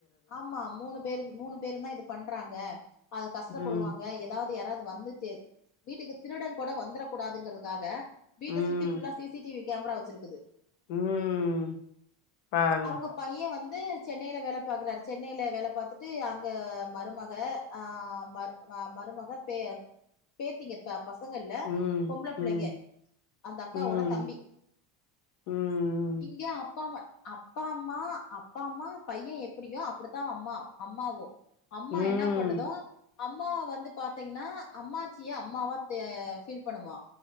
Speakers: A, on the left; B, on the left.
A: ஆமா மூணு பேரு மூணு பேருந்தா இத பண்றாங்க அது கஷ்டப்படுவாங்க
B: ம்
A: ஏதாவ்து யாரா து வந்து தெ வீட்டுக்கு திருடன் கூட வந்துரக் கூடாதுங்குறக்காக வீட்ட
B: ம்
A: சுத்தி ஃபுல்லா சிசிடிவி கேம்ரா வச்சிருக்குது
B: ம் பாருங்க
A: அவ்ங்க பைய வந் து சென்னையில வேலப் பாக்குறாரு சென்னையில வேல பாத்துட்டு அங்க மருமக ஆ மரு அ மருமக பே பேத்திங்க ப பச ங்க இல்ல
B: ம்
A: பொம்ப்ள புள்ளைங்க
B: ம்
A: அந்த அக்காவோட
B: ம்
A: தம்பி
B: ம்
A: இங்க அப் ப்பாமா அப்பா அம்மா அப்பா அம்மா பைய எப் ப்டியோ அப்புடித்தா அவ அம்மா அம்மாவு அம்மா
B: ம்
A: என்னா பண்ணுதோ அம்மாவ வந்து பாத்தீங்கன்னா அம்மாச்சியே அம்மாவா தே ஃபீல் பண்ணுவா